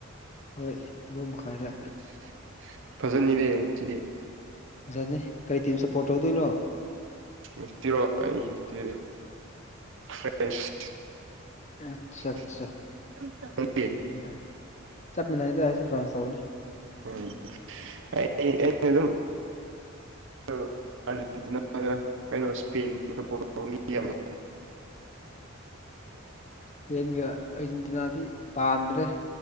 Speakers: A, on the left; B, on the right.
A: ꯍꯣꯏ ꯕꯔ‌ꯣ ꯃꯈꯥꯏꯗ
B: <unintelligible> ꯐꯖꯅꯤꯅꯦ ꯉꯁꯤꯗꯤ
A: ꯐꯖꯅꯤ ꯀꯩ ꯇꯤꯝ ꯁꯞꯄꯣꯔꯠ ꯇꯧꯗꯣꯏꯅꯣ
B: <inaudible> ꯔꯣ <inaudible> ꯑꯩꯁ‌ꯦ ꯐ꯭ꯔ‌ꯦꯁ
A: ꯑꯠꯆꯥ ꯑꯠꯆꯥ
B: <inaudible>
A: ꯎꯝ ꯌꯥꯏ ꯆꯞ ꯃꯥꯟꯅꯩꯗ ꯑꯩꯁꯨ ꯐ꯭ꯔꯥꯟꯁ ꯇꯧꯅꯤ
B: ꯎꯝ ꯑꯩ ꯑꯩꯗꯤ ꯑꯗꯨꯝ <inaudible> ꯑꯥꯔꯖꯦꯟꯇꯤꯅꯥꯗ ꯀꯩꯅꯣ <inaudible> ꯏꯁꯄꯦꯟ ꯄ‌ꯣꯔꯇꯨꯒ‌ꯣꯜ ꯃꯤ ꯌꯥꯝ <inaudible>
A: ꯆꯦꯟꯒ ꯑꯔꯖꯦꯟꯇꯤꯅꯥꯗꯤ ꯄꯥꯝꯗ꯭ꯔꯦ